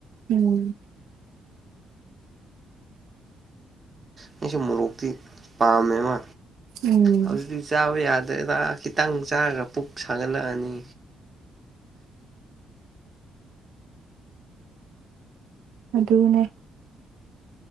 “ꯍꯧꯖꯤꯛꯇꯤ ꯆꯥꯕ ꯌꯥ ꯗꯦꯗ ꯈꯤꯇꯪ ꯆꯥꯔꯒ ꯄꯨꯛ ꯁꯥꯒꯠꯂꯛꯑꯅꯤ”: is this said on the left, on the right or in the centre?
Right